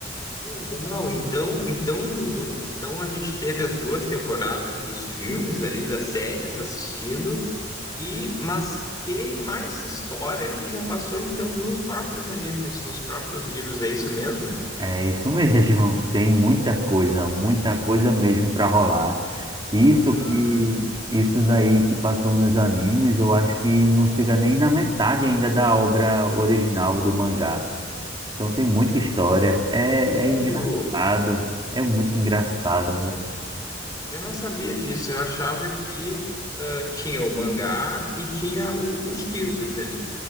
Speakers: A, on the left (about 20°); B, on the right (about 25°).
A: Legal, então, então, no- então a gente teve as duas temporadas dos filmes ali, das séries assistindo, e mas tem mais história que já passou então nos próprios animes, nos próprios livros, é isso mesmo?
B: É isso <laughs> mesmo, tem muita coisa, muita coisa mesmo para rolar. Isso
A: Ah,
B: que, isso daí que passou nos animes, eu acho que não chega nem na metade ainda da obra original do mangá. Então tem muita história, é,
A: sério?
B: é engraçado, é muito engraçado,
A: Eu não sabia disso, eu achava que ah, tinha o mangá e tinha o- os filmes ali.